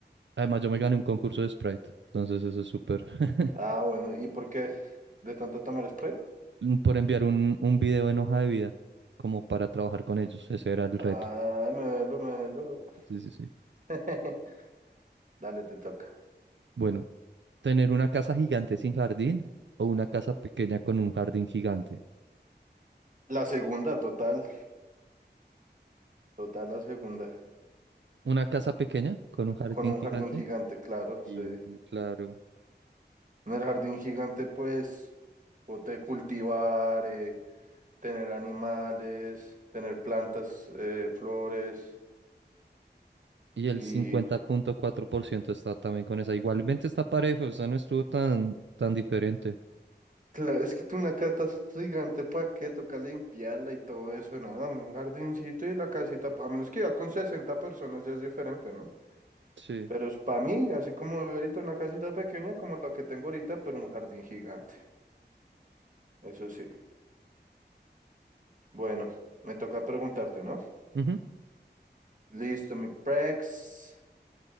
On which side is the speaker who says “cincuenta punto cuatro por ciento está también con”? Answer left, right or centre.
Right